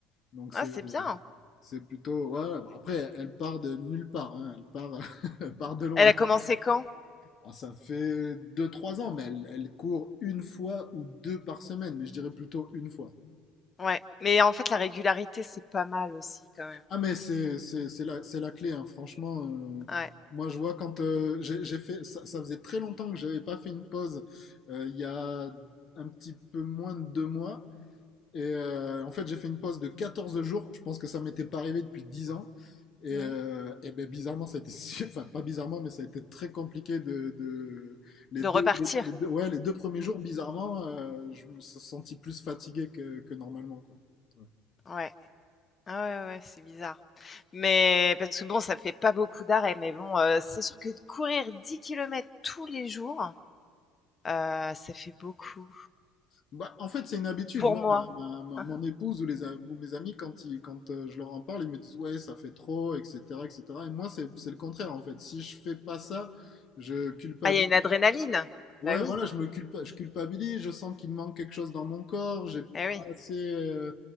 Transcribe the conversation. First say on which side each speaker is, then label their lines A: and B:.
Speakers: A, on the left; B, on the left.
A: Donc, c'est,
B: Ah, c'est bien.
A: c'est plutôt. ouais, bah Après, elle part de nulle part. hein, Elle part, <laughs> elle part de loin.
B: Elle a commencé quand?
A: Alors, ça fait deux trois ans, mais elle, elle court une fois ou deux par semaine. Mais je dirais plutôt une fois.
B: Ouais. Mais en fait, la régularité, c'est pas mal aussi, quand même.
A: Ah, mais c'est, c'est, c'est la, c'est la clé, hein, Franchement. euh,
B: Ouais.
A: Moi, je vois quand euh, j'ai j'ai fait, ça, ça faisait très longtemps que j'avais pas fait une pause. Euh, il y a un petit peu moins de deux mois, Et euh, en fait, j'ai fait une pause de 14 jours. Je pense que ça m'était pas arrivé depuis 10 ans. Et,
B: Hmm.
A: euh, et ben, bizarrement, ça a été, su- enfin pas bizarrement, mais ça a été très compliqué de, de- les
B: De
A: deux,
B: repartir.
A: les, les deux, ouais, les deux premiers jours, bizarrement, euh, je me suis senti plus fatigué que, que normalement, quoi. Ouais.
B: Ouais. Ah ouais, ouais, c'est bizarre. Mais parce que bon, ça fait pas beaucoup d'arrêts, mais bon, heu, c'est sûr que de courir 10 kilomètres tous les jours, heu, ça fait beaucoup
A: Bah, en fait, c'est une habitude.
B: pour
A: Moi,
B: moi.
A: ma- ma- ma-
B: <laughs>
A: mon épouse ou, les, a- ou mes amis, quand, ils- quand euh, je leur en parle, ils me disent ouais, ça fait trop, etc., etc. Et cetera. Et moi, c'est c'est le contraire, en fait. Si je fais pas ça, je culpabilise
B: Ah, il y a une adrénaline?
A: Ouais,
B: Bah oui,
A: voilà, je me culpa- je culpabilise, je sens qu'il me manque quelque chose dans mon corps, j'ai
B: eh oui,
A: pas assez, euh,